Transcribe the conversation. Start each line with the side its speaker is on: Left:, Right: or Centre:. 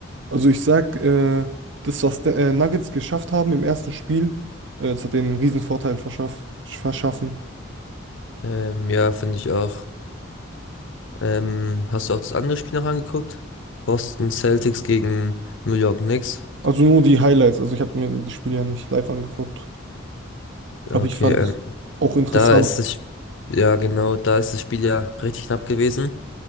Right: Also ich sag, äh, das, was der, äh, Nuggets geschafft haben im ersten Spiel, äh, das hat denen einen riesen Vorteil verschaff verschaffen.
Left: Ähm, ja, finde ich auch. Ähm, hast du auch das andere Spiel noch angeguckt? Boston Celtics gegen New York Knicks.
Right: Also nur die Highlights, also ich habe mir die Spiele ja nicht live angeguckt.
Left: Ja,
Right: Aber
Left: Okay,
Right: ich fand
Left: ähm,
Right: es auch interessant.
Left: da ist es, ja genau, da ist das Spiel ja richtig knapp gewesen.